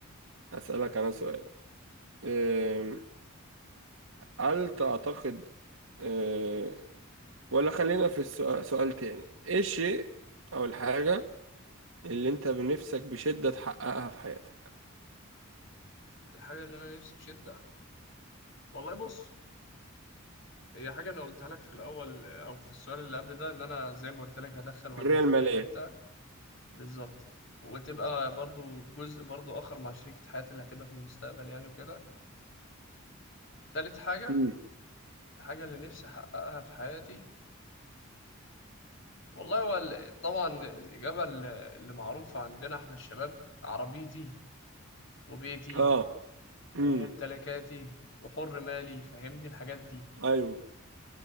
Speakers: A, on the right; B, on the left.
A: أسألك أنا سؤال أم، هل تعتقد أه، ولا خلينا في السؤال سؤال تاني إيه الشيء أو الحاجة اللي أنت بنفسك بشدة تحققها في حياتك
B: الحاجة اللي انا نفسي بشدة والله بص هي حاجة أنا قلتها لك في الأول أو في السؤال اللي قبل ده إن أنا زي ما قلت لك هدخل والدتي
A: الحرية المالية
B: في أي حتة بالظبط وتبقى برضو جزء برضو آخر مع شريكة حياتي اللي هتبقى في المستقبل يعني وكده تالت حاجة
A: امم
B: الحاجة اللي نفسي أحققها في حياتي والله هو ال- طبعا الإجابة اللي اللي معروفة عندنا إحنا الشباب عربيتي وبيتي
A: آه
B: وممتلكاتي
A: امم
B: وحر مالي فاهمني الحاجات دي
A: أيوه